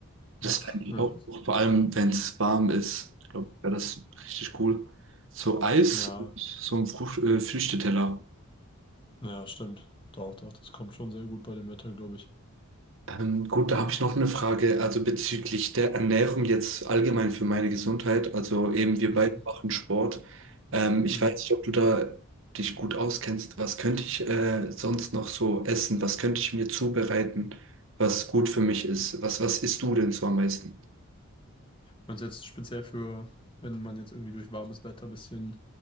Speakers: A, on the right (about 55°); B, on the left (about 20°).
A: Das
B: Uff,
A: fand ich
B: ja.
A: auch, vor allem wenn es warm ist, glaube ich, wäre das richtig cool. So Eis
B: Ja,
A: und so ein Frucht, äh, Früchteteller.
B: ja, stimmt. Doch, doch, das kommt schon sehr gut bei dem Wetter, glaube ich.
A: Ähm, gut, da habe ich noch eine Frage, also bezüglich der Ernährung jetzt allgemein für meine Gesundheit. Also eben wir
B: Mhm.
A: beide machen Sport. Ähm, ich
B: Mhm.
A: weiß nicht, ob du da dich gut auskennst. Was könnte ich äh, sonst noch so essen? Was könnte ich mir zubereiten, was gut für mich ist? Was, was isst du denn so am meisten?
B: Und jetzt speziell für, wenn man jetzt irgendwie durch warmes Wetter ein bisschen